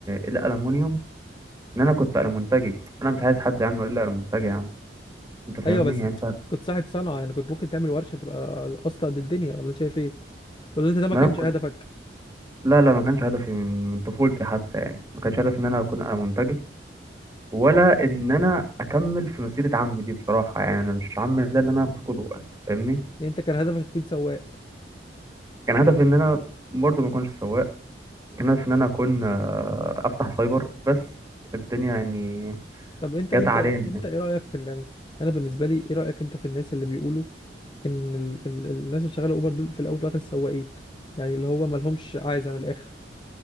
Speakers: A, on the right; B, on the left.
A: الالومنيوم ان انا كنت المونتاجي انا مش عايز حد يا عم يقول لي المونتاجي يا عم انت فاهمني
B: ايوه بس
A: يعني انت
B: كنت صاحب صنعه يعني كنت ممكن تعمل ورشه تبقى اصلا قد الدنيا ولا أنت شايف ايه ولا انت ده ما
A: ما
B: كانش
A: انا كنت
B: هدفك
A: لا لا ما كانش هدفي من من طفولتي حتى يعني ما كانش هدفي ان انا اكون المونتاجي ولا ان انا اكمل في مسيره عمي دي بصراحه يعني انا مش عمي ده اللي انا اخده قدوه انت فاهمني
B: يعني انت كان هدفك تكون سواق
A: كان هدفي ان انا برضه ما اكونش سواق كان هدفي ان انا اكون آه، افتح سايبر بس الدنيا يعني
B: طب انت
A: جت
B: انت
A: علينا
B: انت ايه رايك في ال- يعني انا بالنسبه لي ايه رايك انت في الناس اللي بيقولوا ان ال... ال... الناس اللي شغاله اوبر دول في الاول وفي الاخر سواقين يعني اللي هو ما لهمش عايزه من الاخر